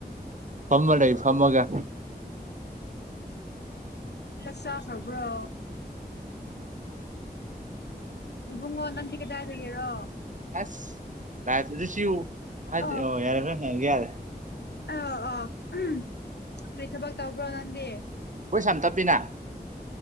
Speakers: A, on the right; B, on the left.
A: ꯐꯃ ꯅꯩꯅ ꯑꯩ ꯐꯃꯒ
B: ꯀ ꯆ ꯐꯕ꯭ꯔꯣ ꯏꯕꯉꯣ ꯅ ꯇ ꯀꯦꯗ ꯍꯥꯏꯗꯒꯦꯔꯣ
A: ꯑꯁ ꯂꯥꯏꯐꯇꯁꯨ ꯁꯤꯌꯨ ꯃꯥꯁꯦ
B: ꯑ
A: ꯑꯣ ꯌꯥꯔꯦ ꯍꯣꯔꯦꯟ ꯍꯪꯉꯒꯦ ꯌꯥꯔꯦ
B: ꯑ ꯑꯥꯎ ꯎ ꯀꯔꯤ ꯊꯕꯛ ꯇꯧꯕ꯭ꯔꯣ ꯅꯪꯗꯤ
A: ꯍꯣꯏ ꯁꯝ ꯇꯞꯄꯤꯅ